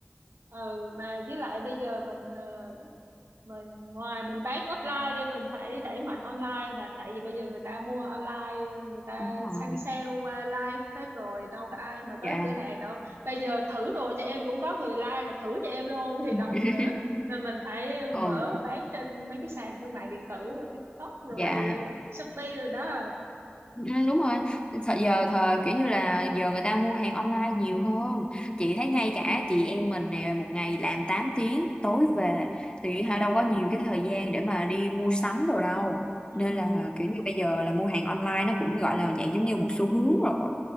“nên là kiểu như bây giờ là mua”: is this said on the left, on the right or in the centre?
Left